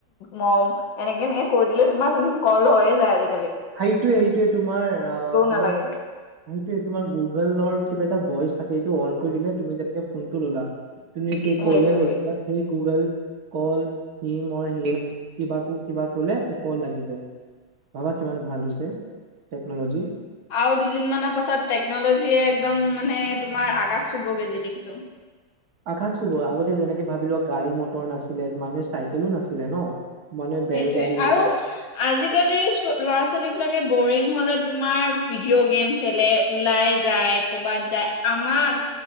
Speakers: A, on the left; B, on the right.
A: মম এনেকে এনেকে কৈ দিলে তোমাৰ চোন কল হয়য়ে যায় আজ
B: সেইটোয়ে সেইটোয়ে তোমাৰ অ তোমাৰ
A: নালাগে
B: সেইটোয়ে তোমাৰ গুগলৰ কিবা এটা ভইচ থাকে এইটো অন কৰি দিলে তুমি যেনে ফোনটো ল'লা তুমি কলে
A: সেইটোয়ে
B: হল স গুগল কল হম হ কিবাকো কিবা কলে কল লাগি যায় ভাবা কিমান ভাল হৈছে টেকনলজি
A: আৰু দুদিন মানৰ পাছত টেকনলজিয়ে একদম মানে তোমাৰ আকাশ চুবগে যি দেখিছো
B: আকাশ চোব আগতে যেনেকে ভাবি লোৱা গাড়ী মটৰ নাছিলে মানুহে চাইকেলো নাছিলে ন মানে বেলগাড়ী
A: সেইটোয়ে
B: এইবিলাক
A: আৰু আজিকালি ল'ৰা ছোৱালী বিলাকে বৰিং হলে তোমাৰ ভিডিঅ' গেম খেলে ওলাই যায় কৰ'বাত যায় আমাক